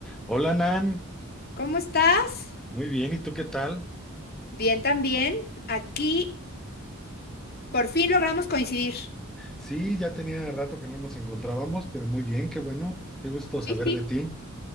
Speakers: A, in the centre; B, on the left.
A: Hola Nan,
B: ¿Cómo estás?
A: muy bien, ¿y tú qué tal?
B: Bien también. Aquí por fin logramos coincidir.
A: Sí, ya tenía rato que no nos encontrábamos, pero muy bien, qué bueno, qué gusto
B: Sí,
A: saber
B: sí.
A: de ti.